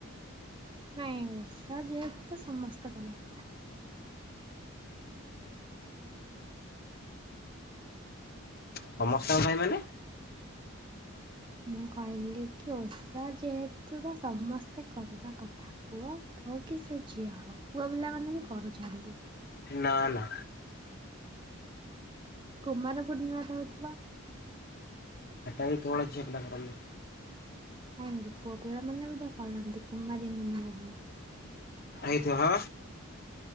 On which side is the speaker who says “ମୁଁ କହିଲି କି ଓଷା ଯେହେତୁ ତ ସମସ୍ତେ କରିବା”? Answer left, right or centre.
Right